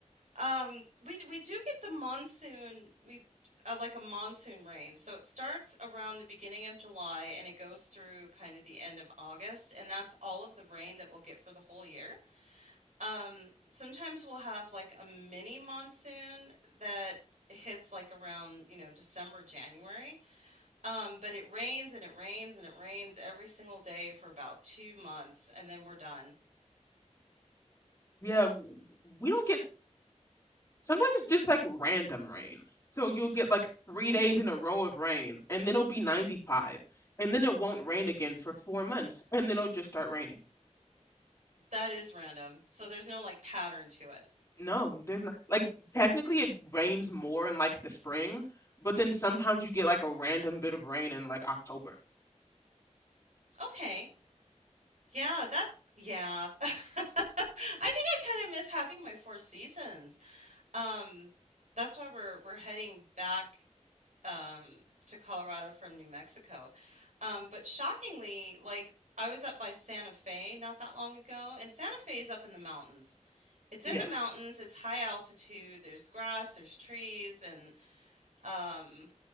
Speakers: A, on the right; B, on the left.
A: Um, we d- we do get the monsoon. We uh, like a monsoon rain. So it starts around the beginning of July and it goes through kind of the end of August, and that's all of the rain that we'll get for the whole year. Um, sometimes we'll have like a mini monsoon that hits like around, you know, December, January. Um, but it rains and it rains and it rains every single day for about two months, and then we're done.
B: Yeah, w- we don't get sometimes it's just like random rain. So you'll get like three
A: hmm
B: days in a row of rain, and then it'll be 95, and then it won't rain again for four months, and then it'll just start raining.
A: That is random. So there's no like pattern to it.
B: No, there's not like technically it rains more in like the spring, but then sometimes you get like a random bit of rain in like October.
A: Okay. Yeah, that yeah. <laughs> I think I kind of miss having my four seasons. Um, that's why we're we're heading back um to Colorado from New Mexico. Um, but shockingly, like I was up by Santa Fe not that long ago, and Santa Fe is up in the mountains. It's in
B: Yeah,
A: the mountains, it's high altitude, there's grass, there's trees, and um I